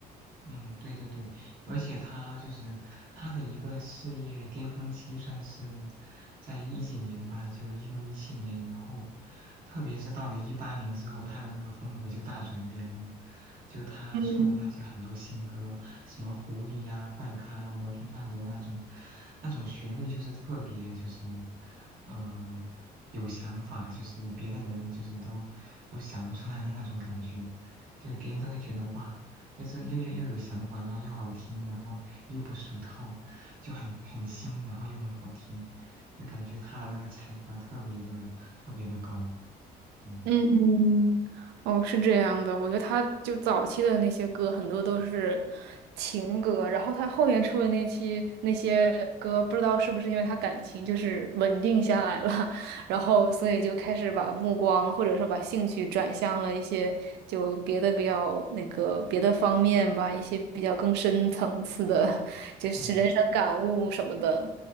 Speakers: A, on the right (about 60°); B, on the right (about 80°).
A: 嗯，对对对，而且他就是他的一个事业巅峰期，算是在一几年吧，就一六一七年以后，特别是到了一八年之后，他的那个风格就大转变了，就他出的那些很多新歌，
B: 嗯。
A: 什么狐狸呀、怪咖、摩天大楼那种，那种旋律就是特别就是，嗯，有想法，就是别的人就是都都想不出来的那种感觉，就别人都会觉得哇。就是又又又有想法，然后又好听，然后又不俗套，就很很新，然后又很好听，就感觉他的那个才华特别的特别的高，嗯，
B: 嗯，哦，是这样的，我觉得他就早期的那些歌很多都是情歌，然后他后面出的那期那些歌，不知道是不是因为他感情就是稳定下来了，<laughs> 然后所以就开始把目光或者说把兴趣转向了一些就别的比较那个别的方面吧，一些比较更深层次的，<laughs> 就是人生感悟什么的，
A: 对